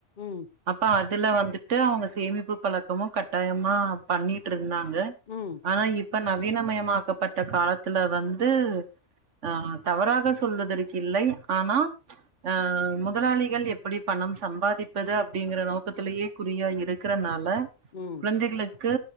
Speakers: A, on the left; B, on the right.
A: ம்
B: அப்பா அது இதுல வந் துட்டு அவுங்க சேமிப்பு பழக்கமு கட்டாயமா பண்ணிட்டு இரு ந்தாங்க
A: ம்
B: ஆனா இப் இப்ப நவீனமயமாக்கப்பட்ட காலத்துல வந்து ஆ தவறாக சொல்வதற்கு இல்லை ஆனா அ முதலாளிகள் எப்படி பணம் சம்பாதிப்பது அப்டிங்கற நோக்கத்திலயே குறியா இருக்கறனா <unintelligible>
A: ம்
B: குழந்தைகளு க்கு